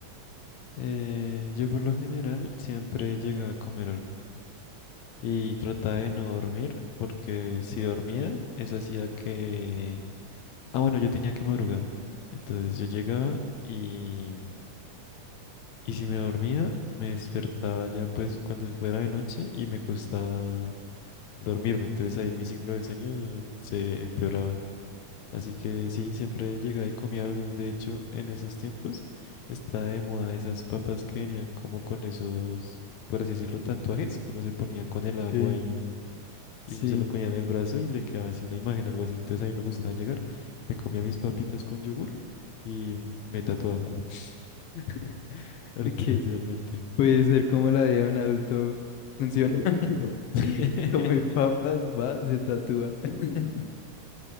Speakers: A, on the left; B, on the left.
A: Eh, yo por lo general siempre llegaba a comer algo y trataba de no dormir porque si dormía, eso hacía que... Ah, bueno, yo tenía que madrugar. Entonces yo llegaba y, y si me dormía, me despertaba ya pues cuando fuera de noche y me costaba dormirme. Entonces ahí mi ciclo del sueño se empeoraba. Así que sí, siempre llegaba y comía algo. De hecho, en esos tiempos está de moda esas papas que venían como con esos, por así decirlo, tatuajes que uno se ponía con el agua
B: Ok,
A: y, y
B: sí.
A: uno se lo ponía en el brazo y le quedaba así una imagen, algo así. Entonces a mí me gustaba llegar, me comía mis papitas con yogur y me tatuaba <laughs> artificialmente.
B: ok Puede ser como la vida de un adulto funciona. <laughs>
A: <laughs>
B: Come papas, va, se tatúa. <laughs>